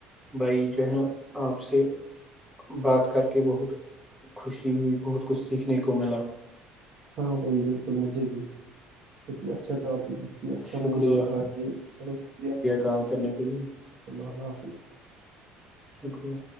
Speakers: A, in the centre; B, on the right (about 40°).
A: بھائی جو ہے نا آپ سے بات کر کے بہت خوشی ہوئی بہت کچھ سیکھنے کو ملا
B: ہاں بھائی بالکل مجھے بھی بت ہی اچھا ٹاپک جی اچھا
A: شکریہ
B: موضوع رہا یہ چلو شکریہ بھائیشا
A: کال کرنے کے لیے
B: اللہ اللہ حافظ
A: شکریہ